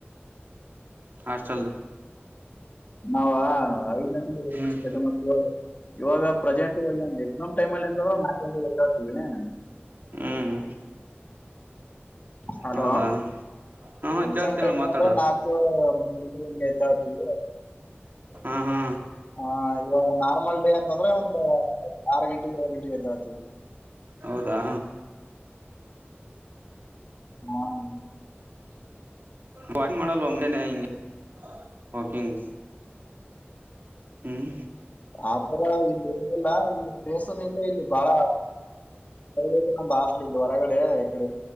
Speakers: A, on the right; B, on the left.
A: ಹಾಸ್ಟಲ್
B: ನಾವ ಐದ್ ಗಂಟಿಗೆ ಎದ್ದು
A: ಹ್ಮ್
B: ಸ್ಟಡಿ ಮಾಡ್ತಿವಿ ಇವಾಗ ಪ್ರೆಸೆಂಟ್ ನಾನು ಎಕ್ಸಾಮ್ ಟೈಮ್ ಅಂತೂ ನಾಲ್ಕು ಗಂಟೆಗೆ ಎದ್ದೆಳ್ <unintelligible>
A: ಹ್ಮ್
B: ಹಲೋ
A: ಹೌದಾ ಹಾ
B: ಎಕ್ಸಾಮ್
A: ಕೇಳ್ತೇಳ
B: ಟೈಮ್
A: ಮಾತಾಡ
B: ರದು ನಾಕು ಮೂರು ಎಂಟು ಎದ್ದೇಳ್ತಿವಿ
A: ಹಾ ಹಾ
B: ಹ ಇವಾಗ ನಾರ್ಮಲ್ ಡೇ ಅಂತಂದ್ರೆ ಒಂದು ಆರು ಗಂಟೆಗೆ ಏಳು ಗಂಟೆಗೆ ಐತವತಿವಿ
A: ಹೌದಾ
B: ಹ್ಮ್
A: ವಾಕಿಂಗ್ ಮಾಡಲ್ವಾ ಮುಂಜಾನೆ ಇಂಗೆ ವಾಕಿಂಗ್ ಹ್ಮ್
B: ಆಪರ ಇಲ್ಲಿ ಇಟ್ಟಿಲ್ಲ ಇಲ್ಲಿ ಪೇಸನ್ ಇಲ್ಲ ಇಲ್ಲಿ ಬಾಳ ಎ ಜನ ಬ ಹೊರಗಡೆ ಇಡೆ